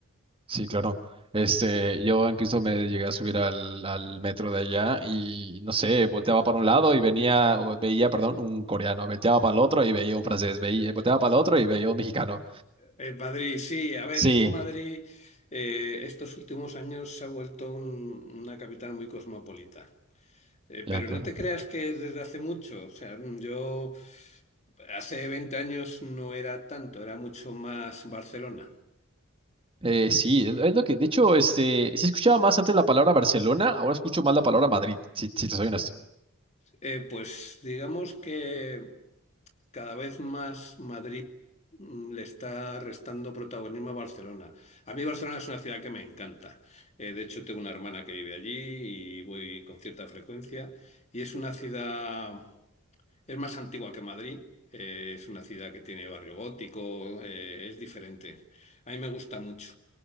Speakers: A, on the right; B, on the left.
A: sí, claro. Este, yo incluso me llegué a subir al, al metro de allá y, no sé, volteaba para un lado y venía, o veía, perdón, un coreano, volteaba para el otro y veía un francés, veía, volteaba para el otro y veía un mexicano.
B: En Madrid, sí, a ver,
A: Sí,
B: es que Madrid eh, estos últimos años se ha vuelto un- una capital muy cosmopolita. Eh,
A: ya,
B: pero
A: claro.
B: no te creas que es desde hace mucho. O sea, yo. Hace 20 años no era tanto, era mucho más Barcelona.
A: Eh, sí, es, es lo que, de hecho, este, sí escuchaba más antes la palabra Barcelona, ahora escucho más la palabra Madrid, si, si te soy honesto.
B: Eh, pues digamos que cada vez más Madrid mm, le está restando protagonismo a Barcelona. A mí Barcelona es una ciudad que me encanta. Eh, de hecho, tengo una hermana que vive allí y voy con cierta frecuencia. Y es una ciudad, es más antigua que Madrid, eh, es una ciudad que tiene barrio gótico, eh, es diferente. A mí me gusta mucho.